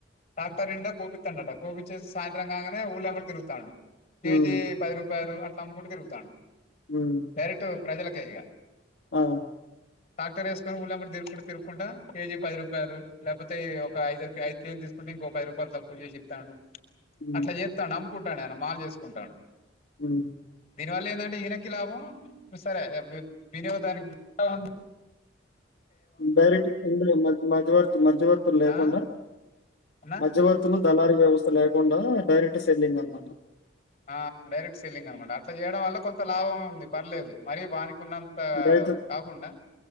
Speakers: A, on the left; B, on the left.
A: టాక్టర్ నిండా కోపిత్తండట కోపిచ్చేసి సాయంత్రం కాంగానే ఊలెంబడి తిగుతాండు కేజి
B: హ్మ్.
A: పది రూపాయలు అ ట్ల అమ్ముకుంటూ తిరుగుతాండు
B: <unintelligible>
A: డైరెక్ట్ ప్రజలకే ఇగా
B: ఆ
A: టాక్టర్ వేసుకని ఉళ్ళంమడి తిరుకుంట తిరుక్కుంటా కేజీ పది రూపాయలు లేకపోతే ఒక ఐదు ఐదు కేజీలు తీసుకుంటే ఇంకోక పది రూపాయలు తక్కువ చేసిత్తాండు
B: హ్మ్.
A: అట్లే చేత్తండం కుంటాడు అయన మాగ చేసుకుంటాడు
B: ఉమ్
A: దీనివల్ల ఏందంటే ఈయనకి లాభం సరే వి వినియోదానికి అవును
B: డైరెక్ట్ హుండీలో మధ్యవర్తి మధ్యవర్తులు లేకుండా
A: ఆ అన్నా
B: మధ్యవర్తులు దళారీ వ్యవస్థ లేకుండా డైరెక్ట్ సెల్లింగ్ అన్నమాట
A: ఆ డైరెక్ట్ సెల్లింగ్ అనమాట అట్లా చేయడం వల్ల కొంత లాభం ఉంది పర్లేదు మరియు వానికి కున్నంత
B: రైతు
A: కాకుండా